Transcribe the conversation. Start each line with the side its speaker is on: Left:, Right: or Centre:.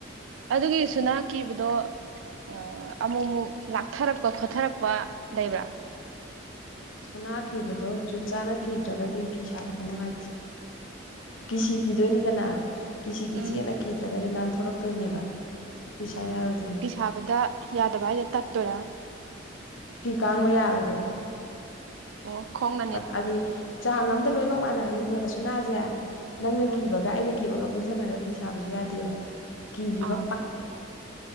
Right: ꯑꯗꯨꯒꯤ ꯁꯨꯅꯥ ꯀꯤꯕꯗꯣ ꯑ ꯑꯃꯨꯛ ꯑꯃꯨꯛ ꯂꯥꯛꯊꯔꯛꯄ ꯈꯣꯊꯔꯛꯄ ꯂꯩꯕ꯭ꯔꯥ
Left: ꯁꯨꯅꯥ ꯀꯤꯈꯤꯕꯗꯣ ꯖꯨꯠ ꯆꯥꯅ ꯀꯤꯗ꯭ꯔꯒꯗꯤ ꯐꯤ ꯁꯥꯕ ꯅꯨꯡꯉꯥꯏꯇꯦ ꯀꯤꯁꯤ ꯀꯤꯗꯣꯏꯅꯤꯗꯅ ꯀꯤꯁꯤꯗꯨ
Right: ꯎꯝ
Left: ꯆꯦꯅ ꯀꯤꯗ꯭ꯔꯒꯗꯤ ꯅꯥꯟꯊꯣꯔꯛꯇꯣꯏꯅꯦꯕ ꯐꯤ ꯁꯥ ꯌꯥꯔꯣꯏꯗꯣꯏ
Right: ꯐꯤ ꯁꯥꯕꯗ ꯌꯥꯗꯕ ꯍꯥꯏꯁꯦ ꯇꯠꯇꯣꯏꯔꯥ
Left: ꯐꯤ ꯀꯥꯡꯕ ꯌꯥꯔꯔꯣꯏꯕ
Right: ꯑꯣ ꯈꯣꯡ
Left: ꯍꯥꯏꯗꯤ ꯆꯥꯡ ꯑꯝꯗ ꯂꯣꯏꯅꯃꯛ ꯃꯥꯟꯅꯍꯜꯂꯤꯅꯦꯕ ꯁꯨꯅꯥꯁꯦ ꯅꯪꯅ ꯀꯤꯕꯒ
Right: ꯑꯥ
Left: ꯑꯩꯅ ꯀꯤꯕꯒ ꯄꯨꯟꯁꯤꯟꯅꯔ ꯐꯤ ꯁꯥꯕꯁꯨ ꯌꯥꯗꯦꯕ ꯀꯤꯈꯤꯕ
Right: ꯑꯥ